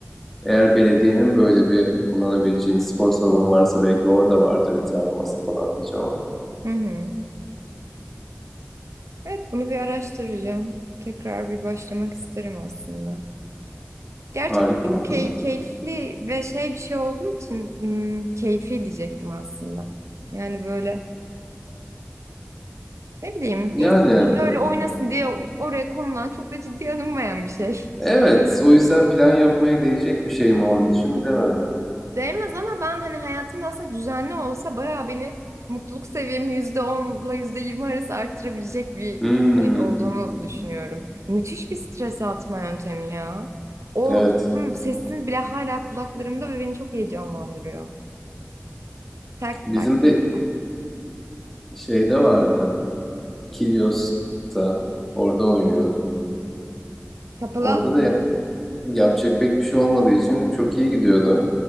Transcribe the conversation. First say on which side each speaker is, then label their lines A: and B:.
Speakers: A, in the centre; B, on the right.
A: Eğer belediyenin böyle bir kullanabileceğin spor salonu varsa belki orada vardır bir tane masa falan diyeceğim ama.
B: Hı hı. Evet bunu bir araştıracağım. Tekrar bir başlamak isterim aslında. Gerçekten
A: Harika.
B: çok
A: olur.
B: key- keyifli ve şey bir şey olduğu için hmm, keyfi diyecektim aslında. Yani böyle Ne bileyim
A: Yani
B: insanların öyle oynasın diye oraya konulan çok da ciddiye alınmayan bir şey.
A: evet o yüzden plan yapmaya değecek bir şey mi onun için bilemedim.
B: <laughs> Değmez ama ben hani hayatımda aslında düzenli olsa bayağı beni mutluluk seviyemi yüzde onla yüzde yirmi arası arttırabilecek bir
A: Hmm,
B: şey olduğunu düşünüyorum. Müthiş bir stres atma yöntemi ya. O
A: evet.
B: toplum sesini bile hala kulaklarımda ve beni çok heyecanlandırıyor. Tak
A: <laughs> Bizim
B: tak
A: de
B: tak.
A: Şeyde vardı. Kilyos'ta. Orada oynuyorduk.
B: Kapalı
A: Orada
B: alan.
A: da ya- yapacak pek bir şey olmadığı için çok iyi gidiyordu